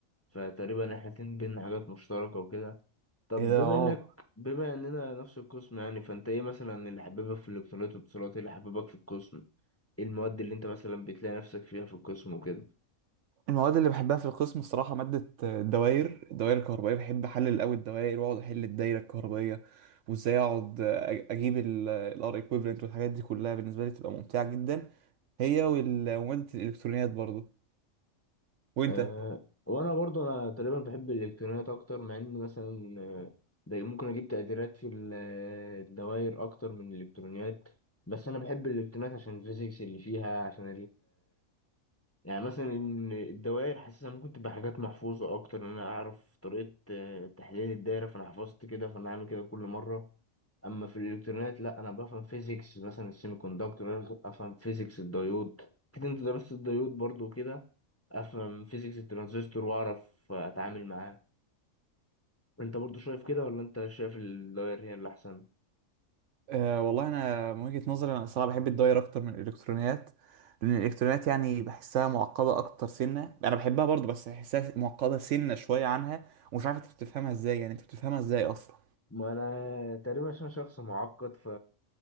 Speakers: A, on the left; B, on the right.
A: فتقريبا احنا الاتنين بينا حاجات مشتركة وكده طب
B: إيه ده
A: بما
B: اه
A: انك بما اننا نفس القسم يعني فانت ايه مثلا اللي حبيبك في الالكترونيات والاتصالات ايه اللي حبيبك في القسم ايه المواد اللي انت مثلا بتلاقي نفسك فيها في القسم وكده
B: المواد اللي بحبها في القسم الصراحة مادة الدوائر الدوائر الكهربائية بحب أحلل أوي الدوائر وأقعد أحل الدايرة الكهربائية وإزاي أقعد أ- أجيب ال R equivalent والحاجات دي كلها بالنسبة لي بتبقى ممتعة جدا هي وال- ومادة الإلكترونيات برضه وأنت؟
A: أه وانا برضو انا تقريبا بحب الالكترونيات اكتر مع ان مثلا آه، ده ممكن اجيب تقديرات في ال- آه، الدوائر اكتر من الالكترونيات بس انا بحب الالكترونيات عشان الفيزيكس اللي فيها عشان يعني مثلا ان الدوائر حاسسها ممكن تبقى حاجات محفوظه اكتر ان انا اعرف طريقه آه، تحليل الدايره فانا حفظت كده فانا هعمل كده كل مره اما في الالكترونيات لا انا بفهم فيزيكس مثلا السيمي كوندكتور انا افهم فيزيكس الديود كده انت درست الديود برضو كده افهم فيزيكس الترانزستور واعرف آه، اتعامل معاه انت برضو شايف كده ولا انت شايف الدوائر هي اللي احسن
B: أه والله انا من وجهة نظري انا الصراحه بحب الداير اكتر من الالكترونيات لان الالكترونيات يعني بحسها معقده اكتر سنه انا بحبها برضو بس بحسها معقده سنه شويه عنها ومش عارف انت بتفهمها ازاي يعني انت بتفهمها ازاي اصلا
A: ما انا تقريبا عشان شخص معقد ف